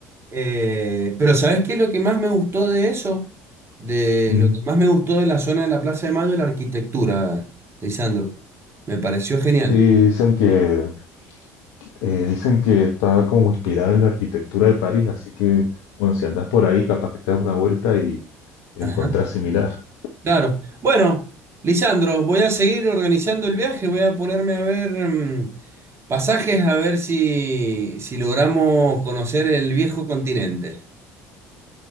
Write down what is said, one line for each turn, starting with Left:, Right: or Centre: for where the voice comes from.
Right: eh, pero ¿sabes qué es lo que más me gustó de eso? De
Left: Mm.
Right: lo que más me gustó de la zona de la Plaza de Mayo, la arquitectura, Lisandro. Me pareció genial.
Left: sí, dicen que, eh, dicen que está como inspirada en la arquitectura de París, así que, bueno, si andás por ahí, capaz que te das una vuelta y la
Right: Ajá,
Left: encontrás similar.
Right: claro. Bueno, Lisandro, voy a seguir organizando el viaje, voy a ponerme a ver mm, pasajes, a ver si, si logramos conocer el viejo continente.